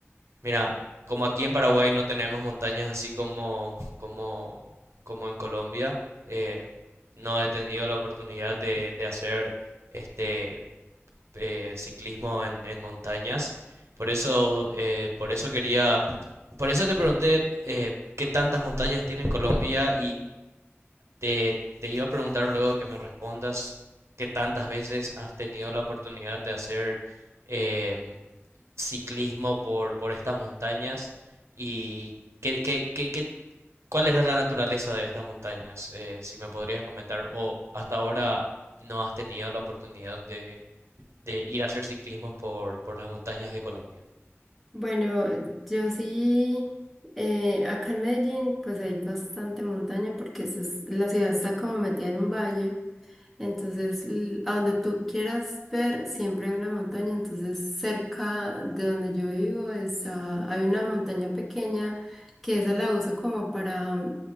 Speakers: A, on the right; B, in the centre.
A: Mira, como aquí en Paraguay no tenemos montañas así como, como, como en Colombia, eh, no he tenido la oportunidad de, de hacer este eh, ciclismo en, en montañas. Por eso, eh, por eso quería, por eso te pregunté eh, qué tantas montañas tiene en Colombia te, te iba a preguntar luego que me respondas qué tantas veces has tenido la oportunidad de hacer em, ciclismo por, por estas montañas y qué, qué, qué- qué- cuál era la naturaleza de estas montañas, eh, si me podrías comentar, o hasta ahora no has tenido la oportunidad de, de ir a hacer ciclismo por, por las montañas de Colombia.
B: Bueno, yo sí, eh, acá en Medellín pues hay bastante montaña porque eso es- la ciudad está como metida en un valle. Entonces, l- a donde tú quieras ver, siempre hay una montaña. Entonces, cerca de donde yo vivo es, ah, hay una montaña pequeña que esa la uso como para,